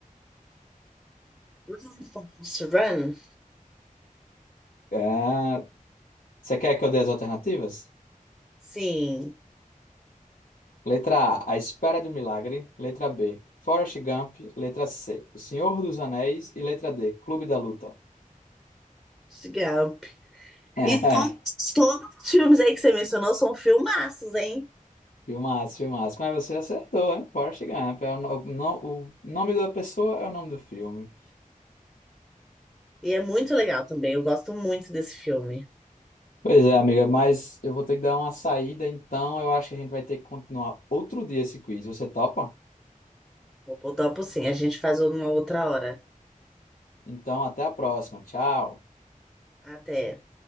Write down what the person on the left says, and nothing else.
Ah, você quer que eu dê as alternativas?
Letra A, A Espera de um Milagre. Letra B, Forrest Gump. Letra C, O Senhor dos Anéis. E letra D, Clube da Luta.
<laughs>
Filmaço, filmaço. Mas você acertou, hein? Forrest Gump. É o, no- o no- o nome da pessoa é o nome do filme.
Pois é, amiga, mas eu vou ter que dar uma saída, então eu acho que a gente vai ter que continuar outro dia esse quiz. Você topa?
Então, até a próxima. Tchau.